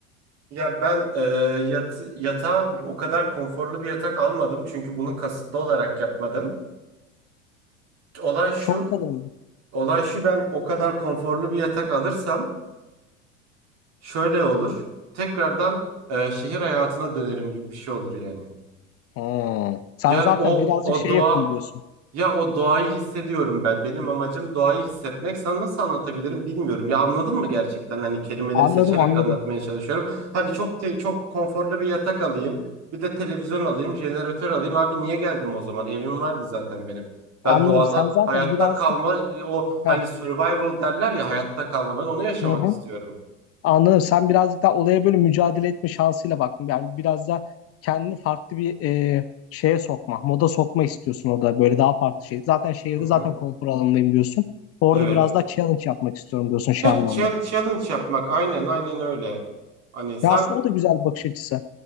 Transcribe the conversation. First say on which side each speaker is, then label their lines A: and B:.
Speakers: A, on the right; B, on the left.
A: Ya ben e, yatı, yatağa o kadar konforlu bir yatak almadım çünkü bunu kasıtlı olarak yapmadım. Olay şu,
B: Çok kalın.
A: olay şu ben o kadar konforlu bir yatak alırsam Şöyle olur. Tekrardan e, şehir hayatına dönerim gibi bir şey olur yani.
B: Hmm. Sen
A: Yani
B: zaten
A: o
B: birazcık
A: o
B: şey
A: doğa
B: yapayım diyorsun.
A: ya o doğayı hissediyorum ben. Benim amacım doğayı hissetmek. Sana nasıl anlatabilirim bilmiyorum. Ya anladın mı gerçekten? Hani kelimeleri
B: Anladım
A: seçerek
B: anladım.
A: anlatmaya çalışıyorum. Hani çok te- çok konforlu bir yatak alayım. Bir de televizyon alayım, jeneratör alayım. Abi niye geldim o zaman? Evim vardı zaten benim. Ben
B: Anladım.
A: doğada
B: Sen zaten
A: hayatta
B: birazcık
A: kalma o hani
B: Heh,
A: survival derler ya hayatta kalma. Ben onu yaşamak
B: hı hı.
A: istiyorum.
B: Anladım. Sen birazcık daha olaya böyle mücadele etme şansıyla bak. Yani biraz da kendini farklı bir e, şeye sokma. Moda sokma istiyorsun orada. Böyle daha farklı şey. Zaten şehirde
A: Hı hı.
B: zaten konfor alanındayım diyorsun. Orada
A: Evet.
B: biraz daha challenge yapmak istiyorum diyorsun şey
A: Heh,
B: anlamda.
A: chal- challenge yapmak aynen aynen öyle. Hani sen
B: Ya aslında o da güzel bir bakış açısı.